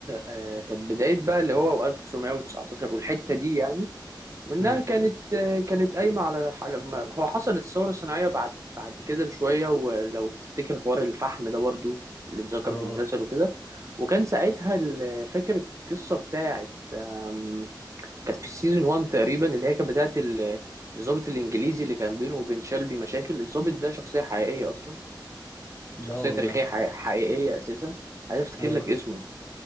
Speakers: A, on the right; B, on the left.
A: آه، كانت بداية بقى اللي هو 1919 والحتة دي يعني وإنها
B: امم
A: كانت آه، كانت قايمة على ح- لما هو حصلت الثورة الصناعية بعد بعد كده بشوية ولو تفتكر حوار الفحم ده برضو اللي اتذكر
B: اه
A: في المسلسل وكده وكان ساعتها ال- فاكر القصة بتاعت آم، كانت في السيزون 1 تقريبا اللي هي كانت بتاعت ال- الضابط الإنجليزي اللي كان بينه وبين شلبي مشاكل الضابط ده شخصية حقيقية أصلا
B: لا
A: شخصية
B: والله
A: تاريخية حقيقية أساسا عايز أفتكر
B: اه
A: لك اسمه